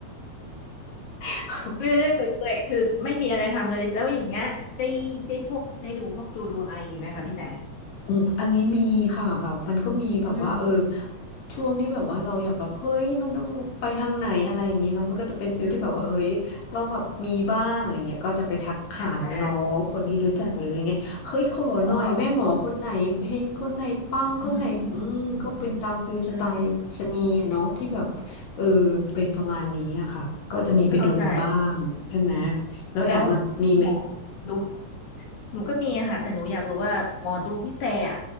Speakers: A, on the left (about 55°); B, on the left (about 85°).
A: <laughs>
B: เรื่อยๆเปื่อยๆคือไม่มีอะไรทำเลยแล้วอย่างเงี้ยได้ได้พวกได้ดูพวกดูดวงอะไรอย่างงี้ไหมคะพี่แต่
A: อืมอันนี้มีค่ะแบบมันก็มีแบบว่าเออ
B: อืม
A: ช่วงที่แบบว่าเราอยากแบบเฮ้ยมันต้องไปทางไหนอะไรอย่างนี้เนาะมันก็จะเป็นฟิลที่แบบว่าเฮ้ยต้องแบบมีบ้างอะไรเงี้ยก็จะไปทักหาน้องๆคนที่รู้จักหรืออะไรเงี้ยเฮ้ยขอหน่อยแม่หมอคนไหนเพลงคนไหนปังคนไหนอืมก็เป็นตามฟิลสไตล์ชะนีอะเนาะที่แบบเออเป็นประมาณนี้อะค่ะก็จะมีไปดูมาบ้างใช่ไหม
B: อืมอืมอ่าอ๋ออืมอืมอืมอืมอืมอืมเข้าใจ
A: แล้วแอมอะมีไหม
B: แล้วหมอดูหนูก็มีอะค่ะแต่หนูอยากรู้ว่าหมอดูพี่แต่อะ